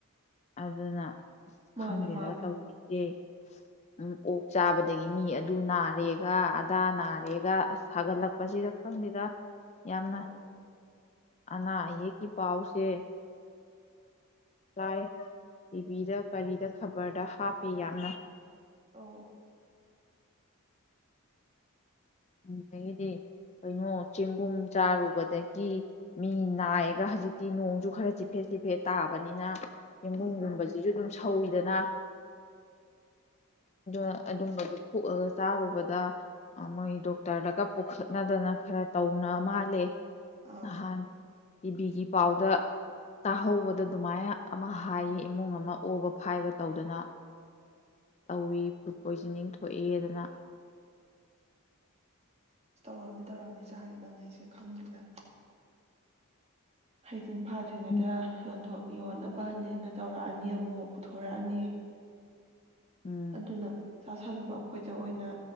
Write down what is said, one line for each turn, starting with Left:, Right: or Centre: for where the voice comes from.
Left: ꯑꯗꯨꯅ ꯑꯁ
Right: ꯃꯥꯅꯦ
Left: ꯈꯪꯗꯦꯗ
Right: ꯃꯥꯅꯦ
Left: ꯇꯧꯔꯤꯁꯦ ꯑꯣꯛ ꯆꯥꯕꯗꯒꯤ ꯃꯤ ꯑꯗꯨ ꯅꯥꯔꯦꯒ ꯑꯗꯥ ꯅꯥꯔꯦꯒ ꯑꯁ ꯁꯥꯒꯠꯂꯛꯄꯁꯤꯗ ꯈꯪꯗꯦꯗ ꯌꯥꯝꯅ
Right: ꯑꯧ
Left: ꯑꯅꯥ ꯑꯌꯦꯛꯀꯤ ꯄꯥꯎꯁꯦ ꯆꯥꯏ ꯇꯤꯚꯤꯗ ꯀꯔꯤꯗ ꯈꯕꯔꯗ ꯍꯥꯞꯄꯤ ꯌꯥꯝꯅ
Right: ꯑ
Left: ꯑꯗꯨꯗꯒꯤꯗꯤ ꯀꯩꯅꯣ ꯆꯦꯡꯒꯨꯝ ꯆꯥꯔꯨꯕꯗꯒꯤ ꯃꯤ ꯅꯥꯏꯔꯒ ꯍꯧꯖꯤꯛꯇꯤ ꯅꯣꯡꯁꯨ ꯈꯔ ꯆꯤꯐꯦꯠ ꯆꯤꯐꯦꯠ ꯇꯥꯕꯅꯤꯅ ꯆꯦꯡꯒꯣꯡꯒꯨꯝꯕꯁꯤꯁꯨ
Right: ꯎꯝ
Left: ꯑꯗꯨꯝ ꯁꯧꯤꯗꯅ
Right: ꯑꯣ
Left: ꯑ ꯑꯗꯨꯝꯕꯗꯨ ꯊꯣꯛꯑꯒ ꯆꯥꯔꯨꯕꯗ ꯃꯣꯏ ꯗꯣꯛꯇꯔꯗꯒ ꯄꯨꯈꯠꯅꯗꯅ ꯈꯔ ꯇꯧꯅ ꯃꯥꯜꯂꯦ
Right: ꯑꯥ
Left: ꯅꯍꯥꯟ ꯏꯤꯚꯤꯒꯤ ꯄꯥꯎꯗ ꯇꯥꯍꯧꯕꯗ ꯑꯗꯨꯃꯥꯏꯅ ꯑꯃ ꯍꯥꯏꯌꯦ ꯏꯃꯨꯡ ꯑꯃ ꯑꯣꯕ ꯐꯥꯏꯕ ꯇꯧꯗꯅ ꯇꯧꯏꯤ ꯐꯨꯗ ꯄꯣꯏꯖꯟꯅꯤꯡ ꯊꯣꯛꯏꯗꯅ
Right: ꯑꯁ ꯇꯧꯔꯛꯑꯕꯅꯤ ꯇꯧꯔꯛꯑꯝꯅꯤ ꯆꯥꯔꯤꯕ ꯉꯩꯁꯦ ꯈꯪꯗ꯭ꯔꯤꯗ ꯍꯤꯡ ꯐꯥꯗ꯭ꯔꯤꯉꯩꯗ
Left: ꯎꯝ
Right: ꯌꯣꯟꯊꯣꯛ ꯌꯣꯟꯅꯕꯅꯦꯅ ꯇꯧꯔꯛꯑꯅꯤ ꯑꯃꯨ ꯄꯨꯊꯣꯔꯛꯑꯅꯤ
Left: ꯎꯝ
Right: ꯑꯗꯨꯅ ꯆꯥꯁꯜꯂꯨꯕ ꯑꯩꯈꯣꯏꯗ ꯑꯣꯏꯅ